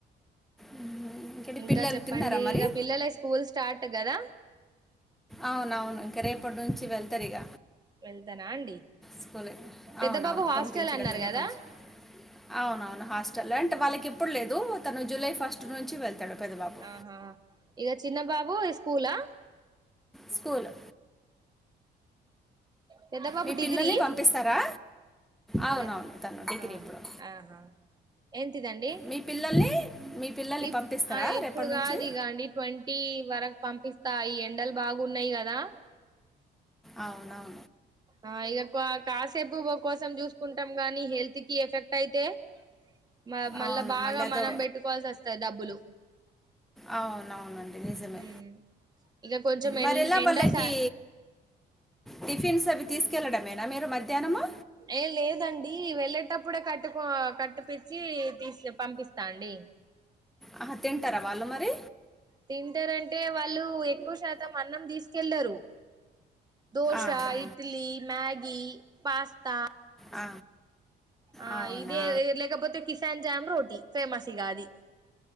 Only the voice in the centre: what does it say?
ఉమ్, ఇంకేంటి
పిల్లలు
తిన్నారా మరి
అవునవును ఇంక రేపటి నుంచి వెళ్తారు ఇక
స్కూల్
అవునవును
పంపించడమే
రేపటినుంచి
అవునవును హాస్టల్ అంటే వాళ్ళకి ఎప్పుడు లేదు తను జులై ఫస్ట్ నుంచి వెళ్తాడు పెద్దబాబు
స్కూలు
మీ
పిల్లల్ని పంపిస్తారా అవునవును
తను డిగ్రీ
ఇప్పుడు
మీ పిల్లల్ని మీ పిల్లల్ని
పంపిస్తారా
రేపటి నుంచి
అవున
అవును
మళ్ళీ అదో
అ అవునవునండి నిజమే
మరిలా
వాల్ళకి
టిఫిన్స్ అవి తీసుకెళ్ళడమేనా మీరు మధ్యాహ్నము
ఆహా, తింటారా వాళ్ళు మరి
ఆహా
ఆ
అవునా